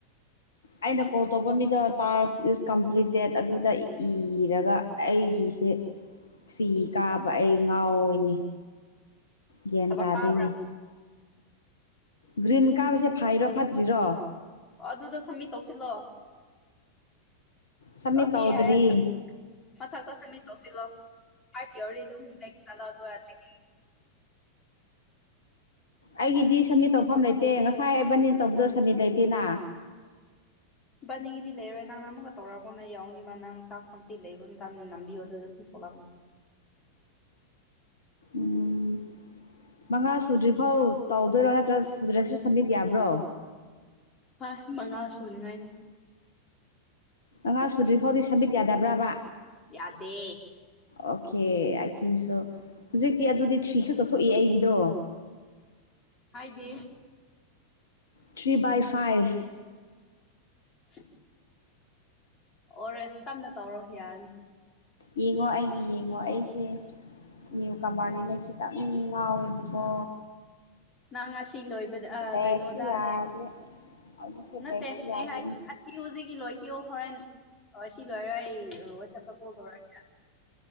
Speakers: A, on the left; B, on the left.
A: ꯑꯩꯅ ꯀꯣꯜ ꯇꯧꯕ ꯃꯤꯗꯣ ꯇꯥꯔꯛ ꯏꯁ ꯀꯝꯄ꯭ꯂꯤꯇꯦꯠ ꯑꯗꯨꯗ ꯏꯔꯒ ꯑꯩꯒꯤꯁꯦ ꯁꯤ ꯀꯥꯕ ꯑꯩ ꯉꯥꯎꯏꯅꯤ ꯒ꯭ꯌꯥꯟ
B: ꯊꯕꯛ
A: ꯇꯥꯗꯦꯅꯤ
B: ꯀꯥꯕ꯭ꯔꯥ
A: ꯒ꯭ꯔꯤꯟ ꯀꯥꯕꯁꯦ ꯐꯥꯏꯔꯣ ꯐꯠꯇ꯭ꯔꯤꯔꯣ?
B: ꯑꯣ ꯑꯗꯨꯗꯣ ꯁꯝꯃꯤꯠ ꯇꯧꯁꯤꯜꯂꯣ꯫
A: ꯁꯝꯃꯤꯠ
B: ꯑꯣꯀꯦ
A: ꯇꯧꯗ꯭ꯔꯤ
B: ꯍꯥꯏꯔꯥ ꯃꯊꯛꯇꯥ ꯁꯕꯃꯤꯠ ꯇꯧꯁꯤꯜꯂꯣ ꯫ <unintelligible> ꯗꯨꯝ ꯕꯦꯛ ꯆꯠꯂꯣ ꯑꯗꯨꯒꯥ <unintelligible>
A: ꯑꯩꯒꯤꯗꯤ ꯁꯃꯤꯠ ꯇꯧꯐꯝ ꯂꯩꯇꯦ ꯉꯁꯥꯏ ꯑꯦꯕꯟꯅꯤꯅ ꯇꯧꯕꯗꯣ ꯁꯕꯃꯤꯠ ꯂꯩꯇꯦꯅ꯫
B: ꯕꯥꯅꯤꯒꯤꯗꯤ ꯂꯩꯔꯣꯏ ꯅꯪꯅ ꯑꯃꯨꯛꯒ ꯇꯧꯔꯛꯑꯒꯅ ꯌꯥꯎꯅꯤꯃ ꯅꯪ ꯇꯥꯛ ꯀꯝꯇꯤ ꯂꯩꯕ ꯃꯇꯝꯇ ꯅꯝꯕꯤꯌꯣ ꯑꯗꯨꯗ ꯑꯗꯨꯝ ꯊꯣꯛꯂꯑꯅꯦ
A: ꯎꯝ ꯃꯉꯥ ꯁꯨꯗ꯭ꯔꯤꯐꯥꯎ ꯇꯧꯗꯣꯏꯔꯣ ꯅꯠꯇ꯭ꯔ ꯁꯨꯗ꯭ꯔꯁꯨ ꯁꯝꯃꯤꯠ ꯌꯥꯕ꯭ꯔꯣ?
B: ꯍꯣꯏ ꯃꯉꯥ ꯁꯨꯅꯤꯉꯥꯏꯅꯤ꯫
A: ꯑꯉꯥ ꯁꯨꯗ꯭ꯔꯤ ꯐꯥꯎꯗꯤ ꯁꯝꯃꯤꯠ ꯌꯥꯗꯕ꯭ꯔꯕ?
B: ꯌꯥꯗꯦ꯫
A: ꯑꯣꯀꯦ ꯑꯥꯏ ꯊꯤꯡ ꯁꯣ ꯍꯧꯖꯤꯛꯇꯤ ꯑꯗꯨꯗꯤ ꯊ꯭ꯔꯤ ꯈꯛꯇꯛ ꯊꯣꯛꯏ ꯑꯩꯒꯤꯗꯣ꯫
B: ꯍꯥꯏꯗꯤ
A: ꯊ꯭ꯔꯤ ꯕꯥꯏ ꯐꯥꯏꯚ
B: <unintelligible> ꯑꯣꯔꯦ ꯇꯞꯅ ꯇꯧꯔꯣ ꯌꯥꯔꯅꯤ꯫
A: ꯌꯦꯡꯉꯣ ꯑꯩꯒꯤ ꯌꯦꯡꯉꯣ ꯑꯩꯁꯦ ꯅ꯭ꯌꯨ ꯀꯃꯔꯅꯤꯅ ꯈꯤꯇꯪ ꯉꯥꯎꯋꯦꯕꯀꯣ
B: ꯅꯪ ꯉꯁꯤ ꯂꯣꯏꯕꯗ
A: ꯕꯦꯛꯁꯨ
B: ꯀꯩꯅꯣꯗꯅꯦ
A: ꯌꯥꯗꯦ ꯍꯧꯖꯤꯛꯁꯦ
B: ꯅꯠꯇꯦ
A: ꯕꯦꯛꯁꯨ ꯌꯥꯗꯦꯅꯦ
B: ꯑꯩ ꯍꯥꯏꯨꯖꯤꯒꯤ ꯂꯣꯏꯈꯤꯌꯣ ꯍꯣꯔꯦꯟ ꯑꯣꯁꯤ ꯂꯣꯏꯔꯒ ꯑꯩ ꯋꯥꯠꯆꯞꯇ ꯀꯣꯜ ꯇꯦꯔꯛꯀꯦ <unintelligible>